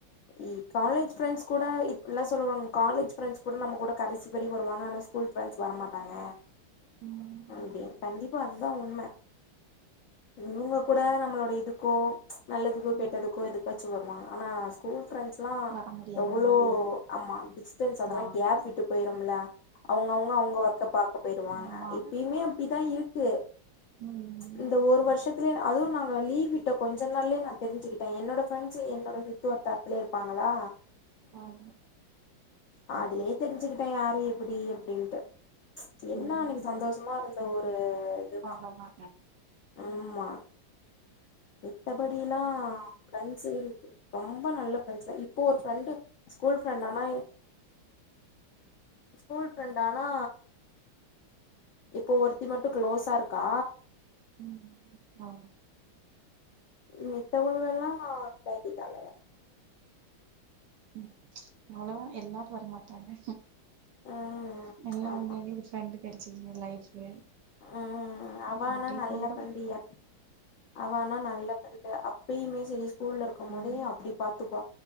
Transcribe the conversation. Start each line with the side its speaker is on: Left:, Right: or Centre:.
Left: இ காலேஜ் ஃப்ரெண்ட்ஸ் கூட இப்பிட்லா சொல்லுவாங்க காலேஜ் ஃபிரண்ட்ஸ் கூட நம்ம கூட கடைசி வரைக் வருவாங்க ஆனா ஸ்கூல் ஃபிரண்ட்ஸ் வர மாட்டாங்க
Right: ம்
Left: அப்டீன் கண்டிப் பா அதுதா உண்ம இவங்க கூட நம்ளோட இதுக்கோ நல்லதுக்கோ
Right: ம்
Left: கெட்டதுக்கோ எதுக்காச்சு வருவாங்க ஆனா ஸ்கூல் ஃப்ரெண்ட்ஸ்லா
Right: வர முடியாதுல்ல
Left: எவ்வளோ ஆமா டிஸ்டன்ஸ் அதெல்லா
Right: ம்
Left: கேப் விட்டு பொயிருமுல அவுங்கவுங்க அவங்க ஒர்க்க பாக்க பொயிருவாங்க
Right: ஆமா
Left: இப்பயுமே அப்டிதா இருக்கு
Right: ம்
Left: இந்த ஒரு வருஷத்துலயே அதுவு நாங்க லீவி ட்ட கொஞ்ச நாள்லயே நா தெரிஞ்சுகிட்டே என்னோட ஃப்ரெண்ட்ஸி என்னோட சுட்டு வட்டார்த்லயே இருப்பாங்களா
Right: ஆமா சரி
Left: அதுலயே தெரிஞ்சுக்கிட்டே யாரு எப்பிடி அப்டின்ட்டு என்னா
Right: ம்
Left: அன்னைக்கு சந்தோஷம்மா இருந்த ஒரு இதுதா
Right: அவ்ளோதா
Left: உம்மா மித்தபடில்லா பிரண்ட்ஸுகள் ரொம்ப நல்ல பிரரெண்ட்ஸ் தா இப்போ ஒரு ஃப்ரெண்டு ஸ்கூல் ஃப்ரெண்ட் ஆனா ஸ்கூல் ஃப்ரெண்டானா இப்போ ஒருத்தி மட்டு க்ளோஸாருக்கா
Right: ம் மாரு
Left: மித்தவுலகஎல்லா தாக்கிட்டாங்க
Right: ம் அவ்ளவா எல்லார்க்க வரமாட்டாய்ங்க
Left: ம்
Right: நல்லா
Left: ஆமா
Right: இங்க எங்களுக்கு ப்ரெண்டு் கிடைச்சதுங்க லைஃப்லே
Left: ம் அவ
Right: அ அப்டே
Left: ஆனா நல்ல
Right: பொய்டு
Left: ஃப்ரெண்டு எ அவ ஆனா நல்ல ஃப்ரென்டு அப்பயுமே செலி ஸ்கூலருக்கும்மோதே
Right: ஆமா
Left: அப்புடி பாத்துப்பா